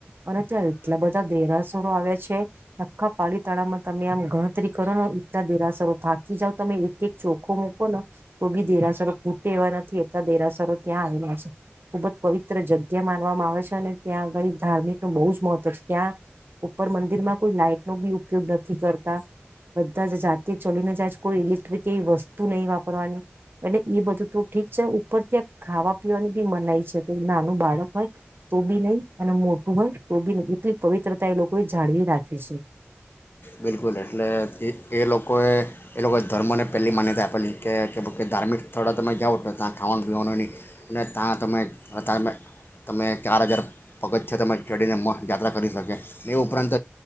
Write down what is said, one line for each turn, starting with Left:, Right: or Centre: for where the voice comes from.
Right: અને ત્યાં એટલા બધા દેરાસુરો આવ્યા છે આખા પા માં તમે આમ ગણતરી કરો ને એટલા દેરાસરો થા જાવ તમે એક એક ચોખોમાં બોલો તો બી દેરા ૂ એવા નથી એટલા દેરાસરો ત્યાં આવેલા છે ખુબ જ પવિત્ર જગ્યા માનવામાં આવે છે અને ત્યાંગળ ધાર્મિક ન બહુ જ મહત્વ છે ત્યાં ઉપર મંદિરમાં કોઈ લાાઈટ નો બી ઉપયોગ નથી કરતા બધા જ જાતે ચલીને જજ કોઈ ઇલેક્ટ્રિક એવી વસ્તુ નહી વાપરવાની અનેટ એ બધું તો ઠીક છે ઉપર ત્યાં ખાવા પીવાનું બી મનાય છે કોઈ નાનું બાળક હોય તો બી નઈ અને મોટું હોય તો બી નઈ એટલી પવિત્રતા એ લોકો એ જાળવી રાખે છે
Left: બિલકુલ એટલે એ એ લોકોએ એ લોકોએ ધર્મને પહેલી માન્યતા આપેલી છે કે ધાર્મિક સ્થળો તમે જાઓ ત્યાં ખાવાનું પીવાનું નહીં ને ત્યાં તમે ત તમે ચાર હજાર પગથથી તમે ચડીને યાત્રા કરી શકે એ ઉપરાંત